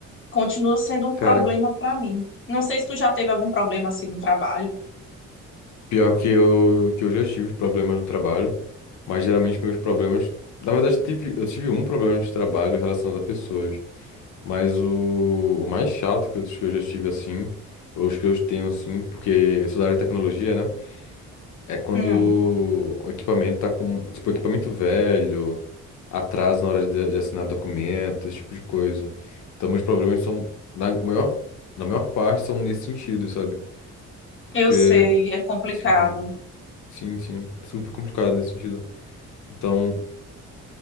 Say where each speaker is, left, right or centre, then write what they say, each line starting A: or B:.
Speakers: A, on the left (about 40°); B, on the left (about 70°).
A: continua sendo um
B: Cara,
A: problema para mim. Não sei se tu já teve algum problema assim no trabalho.
B: pior que eu, que eu já tive problema no trabalho, mas geralmente meus problemas. Na verdade, tive, eu tive um problema de trabalho relacionado a pessoas. Mas o, o mais chato que eu, que eu já tive assim, ou os que eu tenho assim, porque eu sou da área de tecnologia, né? É quando
A: Hum.
B: o equipamento tá com, tipo, equipamento velho, atraso na hora de, de assinar documento, esse tipo de coisa. Então, meus problemas são, na maior, na maior parte, são nesse sentido, sabe? Porque,
A: Eu sei, é complicado.
B: sim, sim, sim, super complicado nesse sentido. Então,